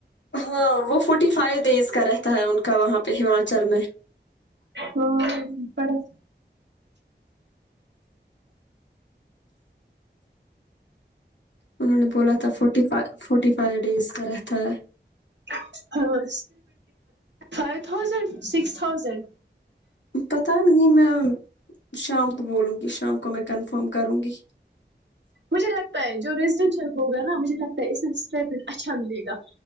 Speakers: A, on the left; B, on the right.
A: ہاں وہ فورٹی فائیو ڈیز کا رہتا ہے ان کا وہاں پہ ہماچل میں
B: ہ پڑت
A: انہوں نے بولا تھا فورٹی ف فورٹی فائیو ڈیز کا رہ تھا
B: ہاں فائیو تھازینڈ سکس تھاؤزینڈ
A: پت نہیں میں شام کو بولوں گی شام کو میں کنفرم کروں گی
B: مجھے لگتا ہے جو ریزڈینشیل ہوگا نا مجھے لگتا ہے اس میںن اچھا ملے گا